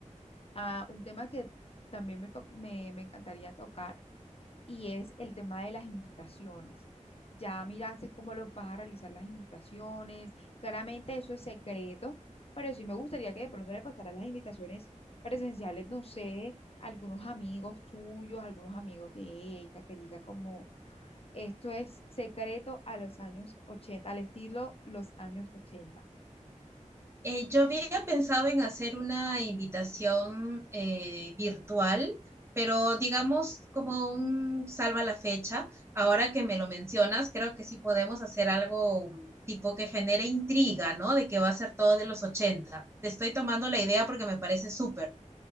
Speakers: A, on the left; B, on the right.
A: a un tema que también me, to- me, me encantaría tocar y es el tema de las invitaciones. Ya miraste cómo lo vas a realizar las invitaciones. Claramente eso es secreto, pero sí me gustaría que de pronto le pasaran las invitaciones presenciales, no sé, a algunos amigos tuyos, a algunos amigos de ella, que diga como esto es secreto a los años ochenta al estilo los años ochenta
B: Eh, yo había pensado en hacer una invitación eh, virtual, pero digamos como un salva la fecha. Ahora que me lo mencionas, creo que sí podemos hacer algo mm, tipo que genere intriga, ¿no? De que va a ser todo de los 80. Te estoy tomando la idea porque me parece súper.